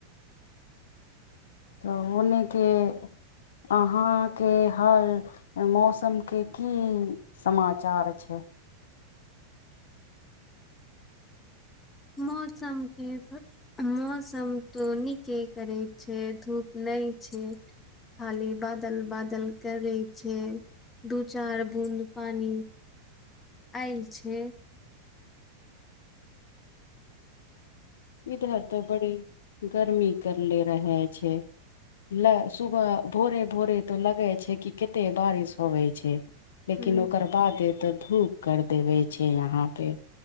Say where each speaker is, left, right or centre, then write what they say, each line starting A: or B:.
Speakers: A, on the left; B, on the left.
A: तऽ उनेके अ यहां के हाल मौसम के की समाचार छै
B: मौसम के छै मौसम तो नीके करै छै धूप नहि छै खाली बादल बादल करै छै दू चार बूद पानी आयल छै
A: इधर तऽ बड़ी गर्मी करले रहै छै लै सुबह भोरे भोरे तो लगे छै कि कते बारिश होवे छै
B: फेर
A: लेकिन ओकर बाद ए तऽ धूप कर देवे छै यहाँ पे